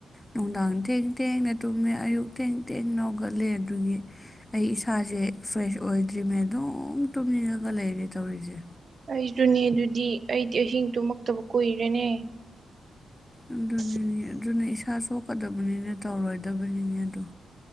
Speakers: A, on the left; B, on the right.
A: ꯅꯨꯡꯗꯥꯡ ꯊꯦꯡ ꯊꯦꯡꯅ ꯇꯨꯝꯃꯦ ꯑꯌꯨꯛ ꯊꯦꯡ ꯊꯦꯡ ꯅꯥꯒꯠꯂꯦ ꯑꯗꯨꯒꯤ ꯑꯩ ꯏꯁꯥꯁꯦ ꯐ꯭ꯔꯦꯁ ꯑꯣꯏꯗ꯭ꯔꯤꯅꯦ ꯑꯗꯨꯝ ꯇꯨꯝꯅꯤꯡꯉꯒ ꯂꯩꯔꯦ ꯇꯧꯔꯤꯁꯦ
B: ꯑꯩꯖꯅꯦ ꯑꯗꯨꯗꯤ ꯑꯩꯗꯤ ꯑꯍꯤꯡ ꯇꯨꯝꯃꯛꯇꯕ ꯀꯨꯏꯔꯦꯅꯦ <unintelligible>
A: ꯑꯗꯨꯅꯤꯅꯦ
B: <inaudible>
A: ꯑꯗꯨꯅ ꯏꯁꯥ ꯆꯣꯛꯀꯗꯕꯅꯤꯅ ꯇꯧꯔꯣꯏꯗꯕꯅꯤꯅꯦ ꯑꯗꯣ